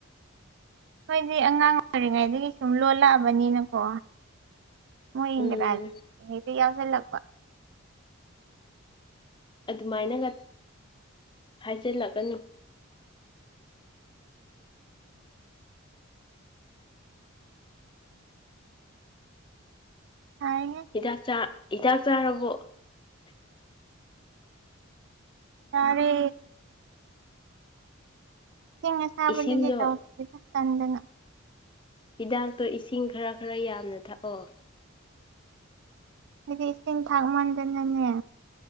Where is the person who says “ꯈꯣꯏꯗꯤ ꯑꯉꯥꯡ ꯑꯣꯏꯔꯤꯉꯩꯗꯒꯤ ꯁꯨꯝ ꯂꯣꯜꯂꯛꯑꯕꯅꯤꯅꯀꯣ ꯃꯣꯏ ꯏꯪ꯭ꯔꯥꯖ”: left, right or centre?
Right